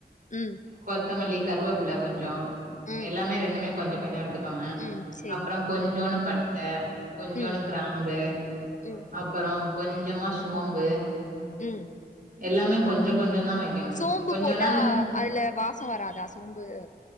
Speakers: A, on the left; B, on the right.
A: ம்
B: கொத்தமல்லி கருவேப்பிலை கொஞ்சொ
A: ம்
B: எல்லாமே ரெண்டுமே கொஞ்சோ கொஞ்சோ எடுத்துக்கோங்க
A: ம் சேரி
B: அப்பறம் கொஞ்சோன்னு பட்ட கொஞ்சோன்னு
A: ம்
B: கிராம்பு
A: ம்
B: அப்பறோ கொஞ்சமா சோம்பு
A: ம்
B: எல்லாமே கொஞ்ச கொஞ்ச தா வைக்கணு
A: சோம்பு
B: கொஞ்சனா
A: போட்டா
B: இந்த
A: அதுல வாசம் வராதா சோம்பு